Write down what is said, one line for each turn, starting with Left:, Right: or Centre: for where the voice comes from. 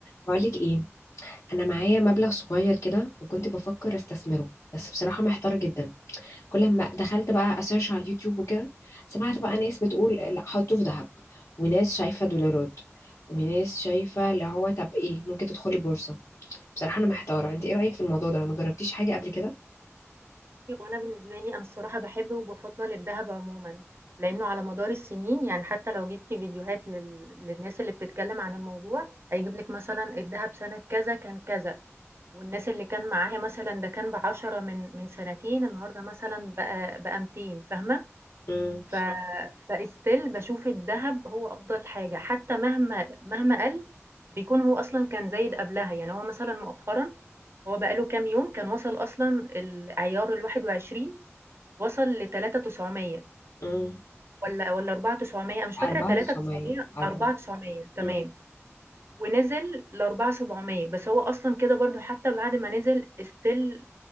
Left: بقولك ايه انا معايا مبلغ صغير كده وكنت بفكر استثمره بس بصراحه محتاره جدا كل ما دخلت بقى اسيرش على اليوتيوب وكده سمعت بقى ناس بتقول لا حطوه في ذهب وناس شايفه دولارات وناس شايفه اللي هو طب ايه ممكن تدخلي بورصه بصراحه انا محتاره انت ايه رايك في الموضوع ده ما جربتيش حاجه قبل كده
Right: وانا بالنسبه لي انا الصراحه بحب وبفضل الذهب عموما لانه على مدار السنين يعني حتى لو جبتي فيديوهات لل... للناس اللي بتتكلم عن الموضوع هيجيب لك مثلا الذهب سنه كذا كان كذا والناس اللي كان معاها مثلا ده كان بعشرة من من سنتين النهارده مثلا بقى بقى 200 فاهمه
Left: امم
Right: ف فاستيل بشوف الذهب هو افضل حاجه حتى مهما مهما قل بيكون هو اصلا كان زايد قبلها يعني هو مثلا مؤخرا هو بقاله كام يوم كان وصل اصلا العيار الواحد وعشرين وصل ل3900
Left: امم
Right: والّا والّا 4900 أنا مش
Left: 4900
Right: فاكرة 3900
Left: 4
Right: 4900 تمام،
Left: امم
Right: ونزل ل4700 بس هو أصلًا كده برضه حتى بعد ما نزل still